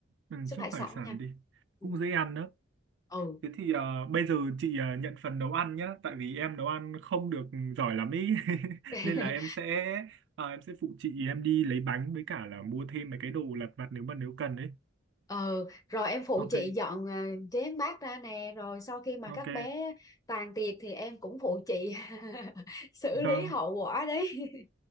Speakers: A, on the right; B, on the left.
A: ừ,
B: súp
A: súp
B: hải sản
A: hải sản
B: nha
A: đi.
B: ừ
A: Cũng dễ ăn đó.
B: ừ
A: Thế thì ờ, bây giờ chị ờ, nhận phần nấu ăn nhá, tại vì em nấu ăn không được giỏi lắm ý, <laughs>
B: Ừ. <laughs>
A: nên là em sẽ ờ, em sẽ phụ chị em đi lấy bánh với cả là mua thêm mấy cái đồ lặt vặt nếu mà nếu cần ấy.
B: Ừ, rồi em phụ
A: Ok,
B: chị dọn à, chén bát ra nè, rồi sau khi mà
A: ok,
B: các bé tàn tiệc thì em cũng phụ chị <laughs> xử
A: vâng,
B: lý hậu quả đấy. <laughs>